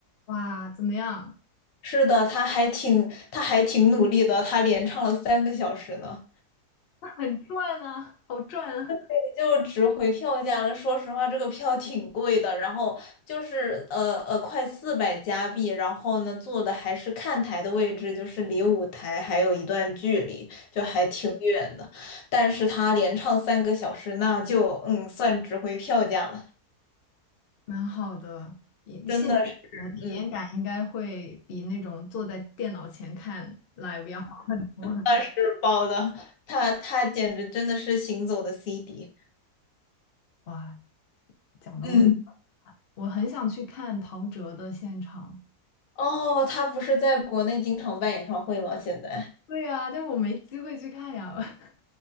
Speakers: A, on the left; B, on the left.
A: 哇，怎么样？
B: 是的，他还挺他还挺努力的，他连唱了三个小时呢，
A: 那很赚啊，好赚啊
B: 也就值回票价了。说实话，这个票挺贵的，然后就是呃呃，快四百加币，然后呢，坐的还是看台的位置，就是离舞台还有一段距离，就还挺远的。但是他连唱三个小时，那就嗯，算值回票价了。
A: 蛮好的。你现场的体验感应该会比那种坐在电脑前看
B: 真的是，嗯，
A: live 要好很多很多。
B: 那是包的，他他简直真的是行走的 CD。
A: 哇，讲的我
B: 嗯，
A: 我很想去看陶喆的现场。
B: 哦，他不是在国内经常办演唱会吗？现在
A: 对呀，但是我没机会去看呀。<laughs>